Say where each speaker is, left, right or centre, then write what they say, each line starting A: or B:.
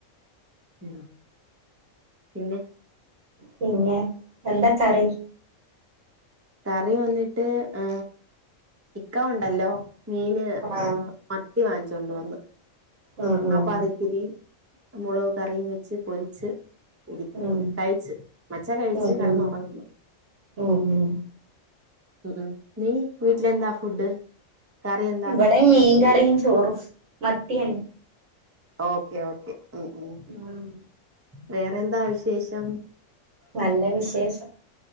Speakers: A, on the right; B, on the right.
A: മ്മ് പിന്നെ
B: പിന്നെ എന്താ കറി
A: കറി വന്നിട്ട് ആ ഇക്ക ഉണ്ടല്ലോ മീന്
B: ആഹ്
A: ആ മത് ത്തി വാങ്ങിച്ചൊണ്ട് വന്ന്
B: ഉം ഉം
A: അപ്പാ അത് ഇത്തിരി മൊളക് കറിയും വെച്ച് പൊരിച്ച് കൂടി
B: ഉം
A: കഴിച്ച് മച്ചാൻ കഴിച്ച്
B: ഉം
A: കടന്ന്
B: ഉം
A: ഒറങ്ങുന്നു
B: ഉം ഉം
A: ഉം ഉം നീ വീട്ടിലെന്താ ഫുഡ് കറി എന്താ
B: വടെ മീൻ കറിം ചോറും മത്തിയന്നെ
A: ഓക്കെ ഓക്കെ മ്മ് മ്മ്
B: ഉം
A: വേറെ എന്താ വിശ ശേഷം
B: നല്ല വിശേഷം